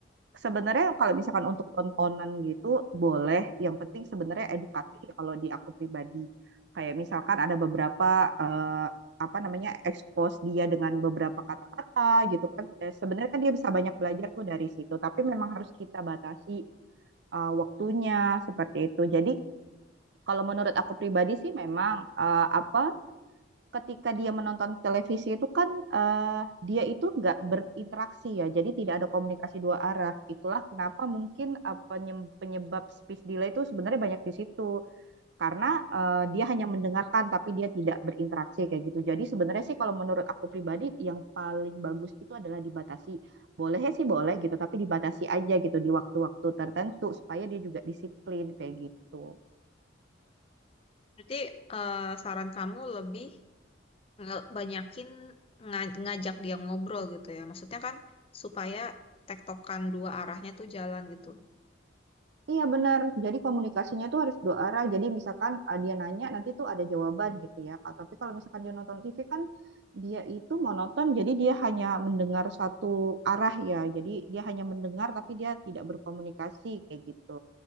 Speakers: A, on the right; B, on the left.
A: Sebenarnya kalau misalkan untuk tontonan gitu boleh, yang penting sebenarnya edukatif ya kalau di aku pribadi. Kayak misalkan ada beberapa eh, apa namanya expose dia dengan beberapa kata-kata gitu kan Eh, sebenarnya kan dia bisa banyak belajar tuh dari situ tapi memang harus kita batasi eh, waktunya seperti itu jadi kalau menurut aku pribadi sih memang eh, apa ketika dia menonton televisi itu kan eh, dia itu nggak berinteraksi ya jadi tidak ada komunikasi dua arah itulah kenapa mungkin eh, penyebab speech delay itu sebenarnya banyak di situ karena eh, dia hanya mendengarkan tapi dia tidak berinteraksi kayak gitu. Jadi sebenarnya sih kalau menurut aku pribadi yang paling bagus itu adalah dibatasi. Boleh sih boleh gitu, tapi dibatasi aja gitu di waktu-waktu tertentu supaya dia juga disiplin kayak gitu.
B: Berarti eh, saran kamu lebih nge- banyakin nga- ngajak dia ngobrol gitu ya. Maksudnya kan supaya tektokan dua arahnya tuh jalan gitu.
A: Iya benar. Jadi komunikasinya tuh harus dua arah. Jadi misalkan ah, dia nanya nanti tuh ada jawaban gitu ya. Kak. Tapi kalau misalkan dia nonton TV kan dia itu monoton. Jadi dia hanya mendengar satu arah ya. Jadi dia hanya mendengar tapi dia tidak berkomunikasi kayak gitu.